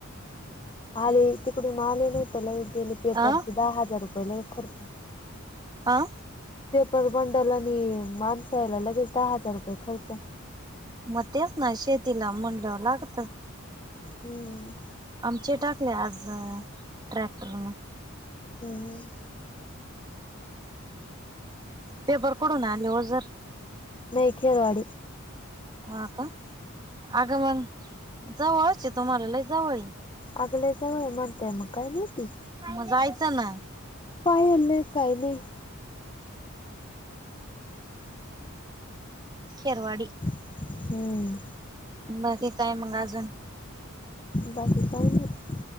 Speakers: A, on the left (about 25°); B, on the right (about 20°).
A: आले तिकडून आले नाही तर ले गेले पेपरचे
B: अ
A: दहा हजार रुपये ले खर्च.
B: आ,
A: पेपर बंडल आणि माणसायाला लगेच दहा हजार रुपये खर्च.
B: मग तेच ना शेतीला म्हणलंव लागत.
A: हम्म.
B: आमचे टाकले आज ट्रॅक्टरन.
A: हम हम.
B: पेपर कडून आले हो जर.
A: नाही खेरवाडी.
B: हा का अगं मग जवळचे तुम्हालाला जवळ.
A: अगलचाव एनत म काय ग.
B: म जायचं ना.
A: पाय हल्लंय काही नाही.
B: खेरवाडी.
A: हम्म.
B: बाकी काय मग अजून.
A: बाकी काय नाही.